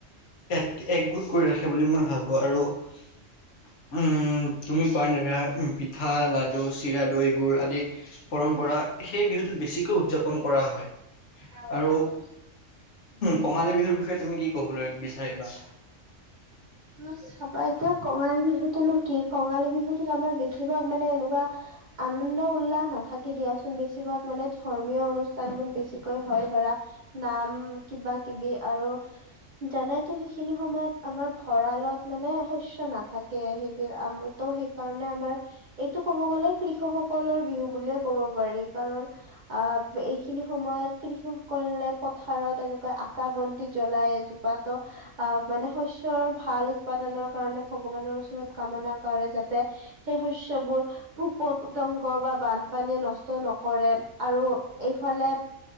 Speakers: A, on the left; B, on the right.
A: এক একগোট কৰি ৰাখে বুলি মই ভাবো আৰু উম তুমি কোৱা ন ধৰা পিঠা লাডু চিৰা দৈ গুৰ আদি পৰম্পৰা সেই বিহুটোত বেছিকৈ উদযাপন কৰা হয়
B: হয়
A: আৰু
B: বাত সি
A: কঙালী বিহুৰ বিষয়ে তুমি কি কবলৈ বিচাৰিবা
B: অ চাবা এতিয়া কঙালী বিহুটোনো কি কঙালী বিহুটোত আমাৰ বে কিবা মানে এনেকোৱা আনন্দ উল্লাস নাথাকে দিয়াচোন বেছিভাগ মানে ধৰ্মীয় অনুষ্ঠান বোৰ বেছিকৈ হয় ধৰা নাম কিবা কিবি আৰু জানাইতো সেইখিনি সময়ত আমাৰ ভঁৰালত মানে শস্য নাথাকে সেইবিলাক তো সেই কাৰণে আমাৰ এইটো ক'ব গ'লে কৃষকসকলৰ বিহু বুলিয়ে কব পাৰি কাৰণ আহ এইখিনি সময়ত কৃষকসকলে পথাৰত এনেকৈ আকা বন্তি জ্বলাই এ পাতো আহ মানে শস্যৰ ভাল উৎপাদনৰ কাৰণে ভগৱানৰ ওচৰত কামনা কৰে যাতে সেই শস্যবোৰ পোক পতংগ বা বানপানীয়ে নষ্ট নকৰে আৰু এইফালে